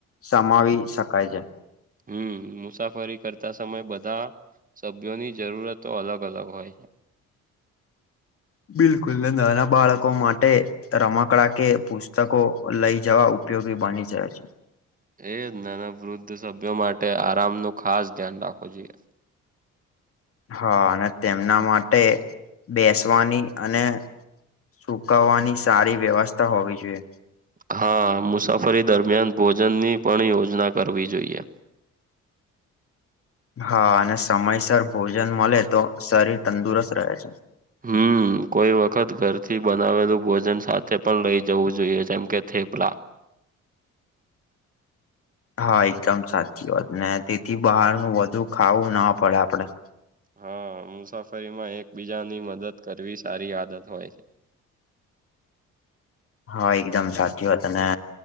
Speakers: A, on the left; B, on the right.
A: સમાવી શકાય છે.
B: હમ્મ. મુસાફરી કરતા સમય બધા સભ્યોની જરૂરતો અલગ-અલગ હોય છે.
A: બિલકુલ. ને નાના બાળકો માટે રમકડા કે પુસ્તકો લઈ જવા ઉપયોગી બની જાય છે.
B: એ જ. નાના વૃદ્ધ સભ્યો માટે આરામ નો ખાસ ધ્યાન રાખવો જોઈએ.
A: હા અને તેમના માટે, બેસવાની અને સુકાવાની સારી વ્યવસ્થા હોવી જોઈએ.
B: હા. મુસાફરી દરમિયાન ભોજન ની પણ યોજના કરવી જોઈએ.
A: હા. અને સમયસર ભોજન મલે તો શરીર તંદુરસ્ત રહે છે.
B: હમ્મ. હમ્મ. કોઈ વખત ઘરથી બનાવેલું ભોજન સાથે પણ લઇ જવું જોઈએ, જેમ કે થેપલા.
A: હા, એકદમ સાચી વાત, ને તેથી બહારનું વધુ ખાવું ના પડે આપડે.
B: હા, મુસાફરીમાં એકબીજાની મદદ કરવી સારી આદત હોય છે.
A: હા, એકદમ સાચી વાત. અને